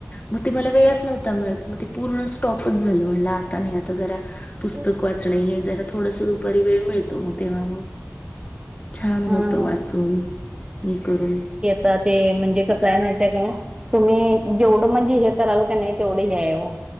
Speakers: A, on the left; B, on the right.
A: मग ते मला वेळच नव्हता मिळत मग ते पूर्ण स्टॉपच झाल म्हणलं आता नाही आता जरा पुस्तक
B: हा
A: वाचणे हे जरा थोडसं दुपारी वेळ मिळतो मग तेव्हा मग. छान
B: हा
A: होत वाचून.
B: हा
A: हे करून.
B: तर ते म्हणजे कसायं माहिते का. तुम्ही जेवढं म्हणजे हे कराल कणी तेवढं् हे हाय ओ